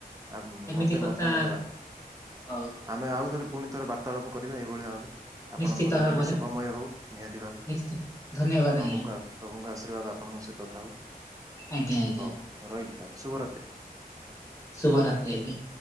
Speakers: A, on the right; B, on the left.
A: ଆ
B: ଏମିତି
A: ମତେ
B: କଥା
A: ମତେ ମଧ୍ୟ
B: ହଉ।
A: ଆମେ ଆଉ ଥରେ ପୁଣି ଥରେ ବାର୍ତ୍ତାଳାପ କରିବା ଏଇଭଳି ଭାବେ। ଆପଣଙ୍କ
B: ନିଶ୍ଚିତ
A: ଦିନଟି
B: ଭାବରେ
A: ଶୁଭମୟ ହଉ ନିହାତି ଭାବେ।
B: ନିଶ୍ଚ ଧନ୍ୟବାଦ
A: ପ୍ରଭୁଙ୍କ
B: ଆଜ୍ଞା
A: ଆ ପ୍ରଭୁଙ୍କ ଆଶୀର୍ବାଦ ଆପଣଙ୍କ ସହିତ ଥାଉ
B: ଆଜ୍ଞା ଆଜ୍ଞା
A: ହଉ। ରହିଲି ତାହେଲେ ଶୁଭ ରାତ୍ରୀ।
B: ଶୁଭ ରାତ୍ରୀ ଆଜ୍ଞା।